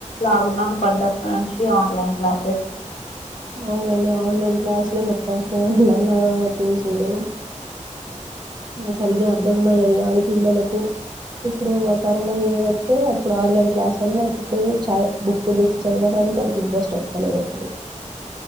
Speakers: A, on the left; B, on the right.
A: లాక్డౌన్ పడ్డప్పటి నుంచి ఆన్లైన్ క్లాసెస్
B: అవునండి ఆన్లైన్ క్లాసులే మొత్త తం <unintelligible> చూసుడు సరిగ్గా అర్ధకం అయ్యేది కాదు పిల్లలకు ఇప్పుడు కరోనా చేయబట్టే అప్పుడు ఆన్లైన్ క్లాస్ అని వాళ్ళకి ఇప్పుడు చ బుక్ చూసి చదవడానికి అంత ఇంట్రెస్ట్ వస్తలేదు అసలు